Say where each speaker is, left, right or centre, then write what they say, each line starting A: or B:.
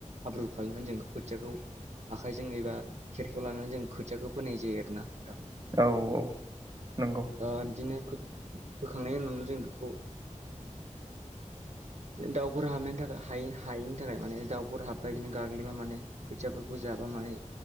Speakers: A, on the right; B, on the right.
A: हाब्रु खालामनानै जों खोथियाखौ आखाइजों एबा खेरखेयाव लानानै जों खोथियाखौ फोनाय जायो आरोना नोंथां
B: औ औ नंगौ
A: ओ बिदिनो फोखांनायनि उनावनो जों बेखौ दाउफोर हाबनायनि थाखाय हायि- हायैनि थाखाय माने दाउफोर हाबबा बिदिनो गाग्लिबा माने खोथियाफोरखौ जाबा माने